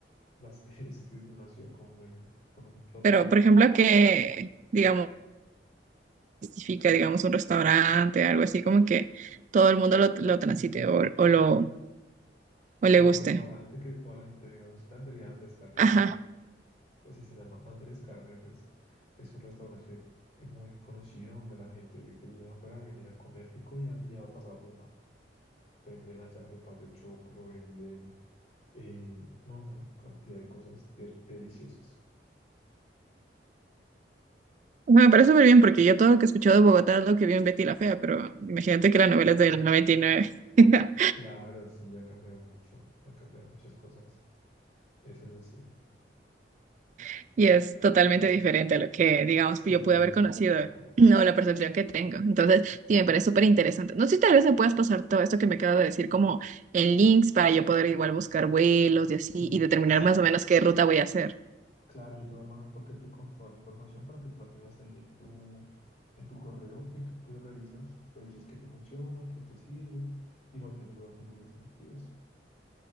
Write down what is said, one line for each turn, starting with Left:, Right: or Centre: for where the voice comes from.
Left: vas, <laughs> es que es una ciudad como muy, con un toque
Right: Pero,
Left: de todo
Right: por ejemplo,
Left: un poco.
Right: que, digamos, justifica, digamos, un restaurante, algo así, como que todo el mundo lo, lo transite o, o lo, o
Left: Ah,
Right: le guste.
Left: un restaurante que toda la gente venga a visitar sería Andrés Carne
Right: Ajá.
Left: de res así se llama, Andrés Carneres. Es un restaurante muy conocido donde la gente que, que viene de afuera viene a comer rico y a, y a pasar rumba. Venden allá arepas de choclo, venden eh, no, una cantidad de cosas de- deliciosas.
Right: Bueno, Me parece súper bien porque yo todo lo que he escuchado de Bogotá es lo que vi en Betty la Fea, pero imagínate que la novela es del 99 y nueve
Left: Claro, sí, ha cambiado mucho, ha cambiado muchas cosas. Eso es así.
Right: <laughs> y es totalmente diferente a lo que, digamos,
Left: Sí,
Right: yo pude haber conocido.
Left: total.
Right: No, la percepción que tengo. Entonces, sí, me parece súper interesante. No sé si tal vez me puedas pasar todo esto que me acabo de decir como en links para yo poder igual buscar vuelos y así
Left: Sí,
Right: y determinar
Left: sí.
Right: más o menos qué ruta voy a hacer.
Left: Claro, yo te voy a armar un paquete con toda la información para que tú la tengas ahí en tu, en tu correo y tú, pues revisas, revisas qué te funciona, qué te sirve y cualquier duda pues vuelves y me escribes.